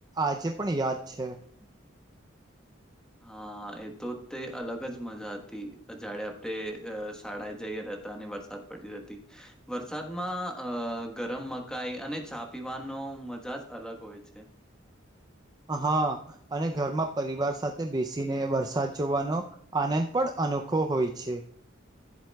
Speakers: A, on the right; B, in the centre.
A: આજે પણ યાદ છે.
B: <inaudible> હા એ તો તે અલગ જ મજા હતી જ્યારે આપણે અ શાળાએ જઈએ ને અને વરસાદ પડી રેતી વરસાદમાં અ ગરમ મકાઈ અને ચા પીવાનો મજા જ અલગ હોય છે.
A: હા અને ઘરમાં પરિવાર સાથે બેસીને વરસાદ જોવાનો આનંદ પણ અનોખો હોય છે.